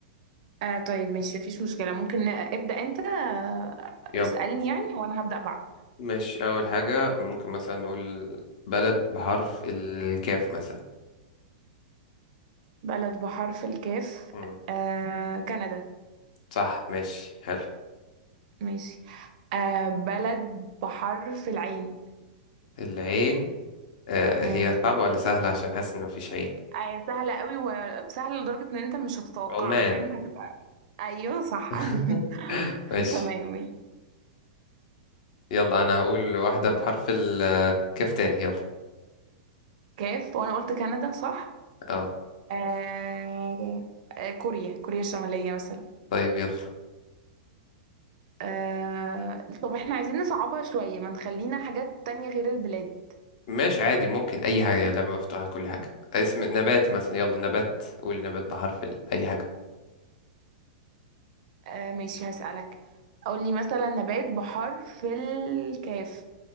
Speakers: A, on the right; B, on the left.
A: آه طيب ماشي مفيش مشكلة ممكن ن- ابدأ أنت آه،
B: يلا
A: اسألني يعني وأنا هبدأ بعدك
B: مش أول حاجة ممكن مثلا نقول بلد بحرف الكاف مثلا
A: بلد بحرف الكاف
B: مم.
A: آه كندا
B: صح ماشي حلو
A: ماشي آه بلد بحرف العين
B: العين آه
A: امم
B: هي صعبة ولا سهلة عشان حاسس إن مفيش عين
A: آه سهلة قوي وسهلة لدرجة إن أنت مش هتتوقعها
B: عمان
A: فاهم هتبقى أيوه صح
B: <laughs>
A: <laughs>
B: ماشي
A: تمام ماشي
B: يلا أنا هقول واحدة بحرف الكاف تاني يلا
A: كاف وأنا قلت كندا صح
B: اه
A: آه آه، كوريا كوريا الشمالية مثلا
B: طيب يلا
A: آه... طب احنا عايزين نصعبها شوية ما نخلينا حاجات تانية غير البلاد
B: ماشي عادي ممكن أي حاجة لعبة مفتوحة لكل حاجة اسم نبات مثلا يلا نبات قول نبات بحرف ال... أي حاجة
A: آه ماشي هسألك قول لي مثلا نبات بحر في الكاف